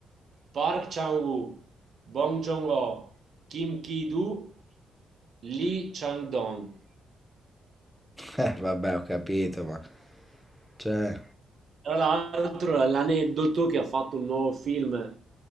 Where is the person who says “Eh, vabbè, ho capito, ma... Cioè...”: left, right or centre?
Centre